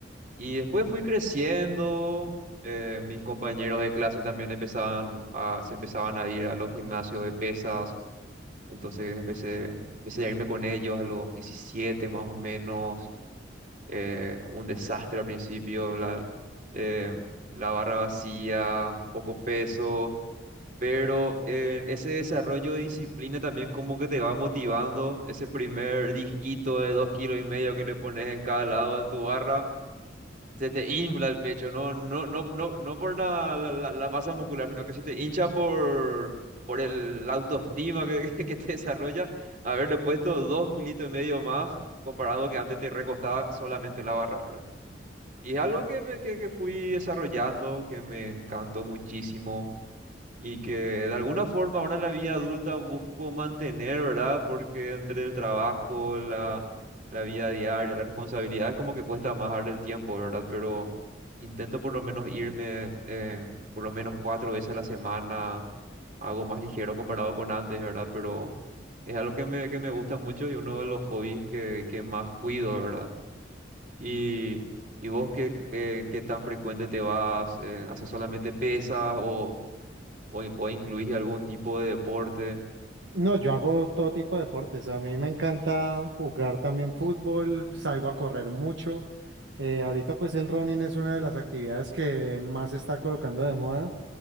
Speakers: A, on the right; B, on the right.
A: Y después fui creciendo, eh, mis compañeros de clase también empezaban a, se empezaban a ir a los gimnasios de pesas. Entonces empecé, empecé a irme con ellos a los 17 más o menos. eh, un desastre al principio, la, eh, la barra vacía, poco peso, pero eh, ese desarrollo de disciplina también como que te va motivando. Ese primer disquito de dos kilos y medio que le pones en cada lado en tu barra se te infla el pecho, no, no, no, no, no por la, la, la- la masa muscular, sino que se te hincha por, por el, la autoestima que, <laughs> que, que te desarrolla. Haberle puesto dos kilitos y medio más, comparado que antes te recostaba solamente la barra, ¿verdad? Y es algo que, me, que, que fui desarrollando, que me encantó muchísimo y que de alguna forma ahora en la vida adulta busco mantener, ¿verdad? Porque entre el trabajo, la, la vida diaria, las responsabilidades, como que cuesta más darle el tiempo, ¿verdad? Pero intento por lo menos irme eh, por lo menos cuatro veces a la semana, algo más ligero comparado con antes, ¿verdad? Pero es algo que me, que me gusta mucho y uno de los hobbies que, que más cuido, ¿verdad? Y, y vos, ¿qué, qué, qué tan frecuente te vas? Eh, ¿haces solamente pesas o o, in- o incluís algún tipo de deporte.
B: No, yo hago todo tipo de deportes. A mí me encanta jugar también fútbol, salgo a correr mucho. Eh, ahorita pues el running es una de las actividades que más se está colocando de moda